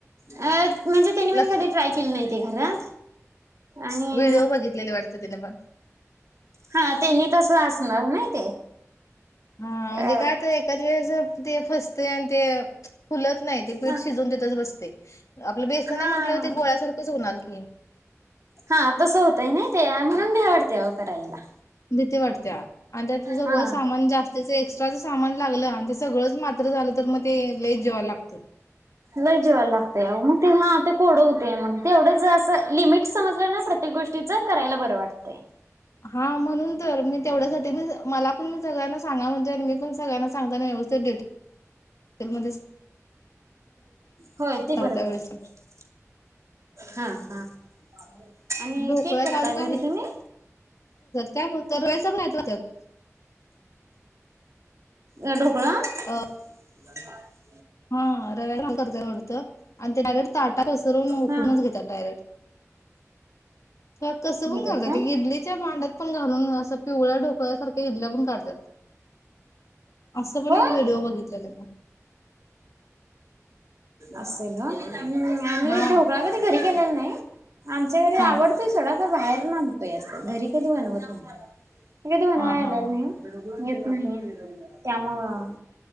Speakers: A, on the right; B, on the left.
A: अ म्हणजे त्यांनी पन
B: लक्ष
A: कधी ट्राय केली नाहीती घरात. आणि
B: व्हिडिओ बघितलेले वाटतं तिन पण.
A: हा त्यांनी तस असणार नाही ते.
B: हा
A: अ
B: म्हणजे काय त एकाच वेळेस ते फस ते आन ते फुलत नाय ते पीठ
A: हा
B: शिजून तिथच बसतय. आपलं बेसन
A: हा
B: हाय म्हटल्यावरती गोळ्यासारखंच होणार की.
A: हा तसं होतय नाही ते म्हणून भ्या वाटतय व करायला.
B: भीती वाटत्या आणि त्या हेसगळं
A: हा
B: सामान जास्तीच एक्स्ट्राच सामान लागलं आणि ते सगळंच मात्र झाल तर मग ते लयच जीवाला लागतय.
A: लई जीवाला लागतय आप ते हा ते कोडं होतय मग ते एवढंच असं लिमिट समजलं ना प्रत्येक गोष्टीच करायला बरं वाटतं
B: हा म्हणून तर मी तेवढ्यासाठी मी मला पण मी सगळ्यांना सांगा म्हणते मी पण सगळ्यांना सांगताना व्यवस्थित डिट तर म
A: होय ते
B: करता
A: बर
B: वेळेस
A: पडत हा हा आणि
B: ढोकळ्यात
A: केक करताय
B: अजून काय
A: घरी तुम्ही
B: काय दरवेळेस <unintelligible>
A: अ ढोकळा
B: ह
A: <inaudible>
B: हा रव्याला करतय वटत आन ते डायरेक्ट ताटात पसरून उकडूनच
A: हा
B: घेतात डायरेक्ट का कसं
A: घेतात
B: पण करता
A: काय
B: येत इडलीच्या भांड्यात पण घालून असं पिवळ्या ढोकळ्यासारख्या इडल्या पण काढतात असं पण
A: होय
B: एक व्हिडिओ बघितलेला मी
A: असेल हा आमी
B: हा
A: ढोकळाकधी घरी केलेल नाई आमच्या घरी
B: हा
A: आवडतय सोडा बाहेरून आणतोया अस घरी कधी बनवत नाही कधी बनवाया
B: हा हा
A: आलेला
B: हा
A: नाही <unintelligible> त्यामुळं